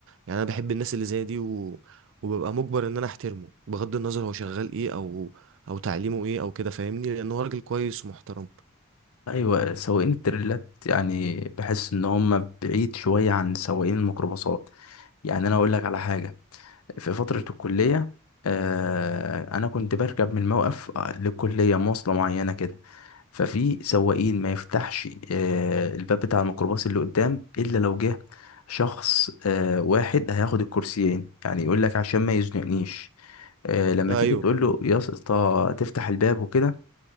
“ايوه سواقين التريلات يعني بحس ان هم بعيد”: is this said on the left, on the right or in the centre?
Left